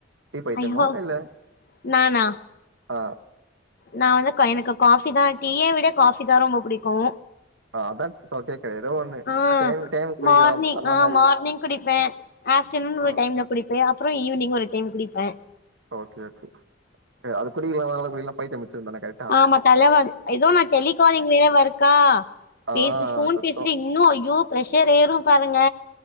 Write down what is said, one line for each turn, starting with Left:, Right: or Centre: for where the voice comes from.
Right: டீ பைத்தியமா
Left: ஐயோ
Right: இல்ல
Left: நானா
Right: ஆ
Left: நா வந்து எனக்கு காபிதா டீய விட காபிதா ரொம்ப புடிக்கு
Right: ஆ அதா சோ கேக்குறே ஏதோ ஒண்ணு
Left: ஆ
Right: டைம் டைம் குடிக்கலாம்
Left: மார்னிங்
Right: அந்த
Left: ஆ
Right: மாரி
Left: மார்னிங் குடிப்பே ஆப்டர்நூன்
Right: ஆ
Left: ஒரு டைம்ல குடிப்பே அப்பறோ ஈவினிங் ஒரு டைம் குடிப்பே
Right: ஓகே ஓகே அ அது குடிக்கலனா குடிக்கலனா பைத்தியம் புடிச்சுரு தானே கயல்
Left: ஆமா தலவல் எதோ நா டெலிகாலிங் வேற வொர்க்கா
Right: ஆ
Left: பேசி ஃபோன்
Right: சுத்தோ
Left: பேசிட்டு இன்னு ஐயோ பிரஷர் ஏறு பாருங்க